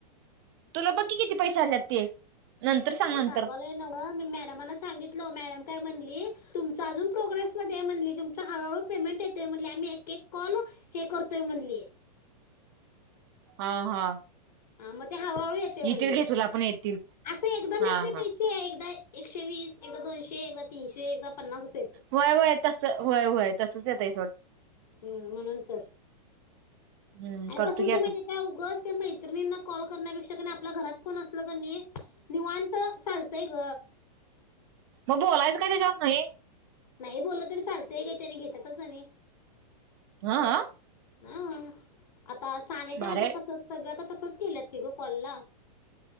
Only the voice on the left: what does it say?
अग
सांगालंय न मी मॅडमला सांगितलं मॅडम काय म्हणली तुम अजून प्रोग्रेसमध्येध्ये म्हणली तुमचा हळूहळू पेमेंट येतेय म्हणली आम्ही एक कॉल हे करतोय म्हणली
हा मग ते हळूहळू येते
म्हणली
असं एकदम
येत नाही
पैसे. एकदा एकशे वीस, एकदा दोनशे, एकदा तीनशे, एकदा पन्नास असे येते.
हम्म म्हणून तर
आणि
कस होत
म्हणजे काय उगच ते मैत्रिणा कॉल करण्यापेक्षा आपल्या घरात फोन असला की नाय निवांत चालतंयग.
नाही बोललं तरी चालतय काही त्यांनी घेतातच नाय.
हा आता सांगितल
ना
आता तसच सगळं आता तसच गेल्यात की ग कॉलला.